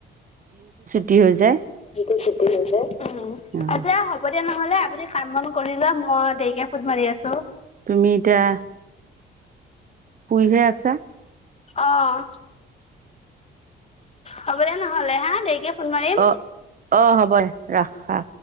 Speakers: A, on the right; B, on the left.
A: টি হৈ যায়।
B: দিন চুটি হৈ যায়। উম,
A: অঁ
B: এতিয়া হ'ব দিয়া নহ'লে আপুনি কাম -বন কৰি লোৱা। মই দেৰিকে ফোন মাৰি আছো।
A: তুমি এতিয়া, শুইহে আছা?
B: অঁ, হ'ব দে নহ'লে হাঁ দেৰিকে ফোন মাৰিম।
A: অ, অঁ হ'ব ৰাখ ৰাখ।